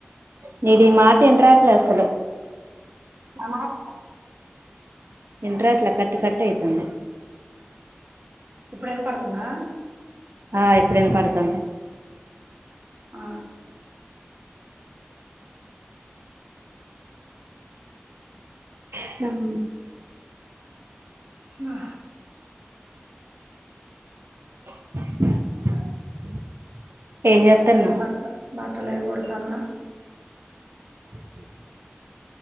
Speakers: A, on the right; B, on the right.
A: నీది మాట ఇన్రాట్లేదు అసలు
B: ఆ మ మాట
A: ఇన్రాట్లే కట్ కట్ అయితుంది
B: ఇప్పుడు ఇన్నపడుతుందా
A: ఆ ఇప్పుడు ఇనబడుతుంది
B: ఆ
A: సామ్
B: మా
A: <inaudible> ఏం జేతేన్
B: బట్ట బట్టలే కూడతన్నా
A: <inaudible>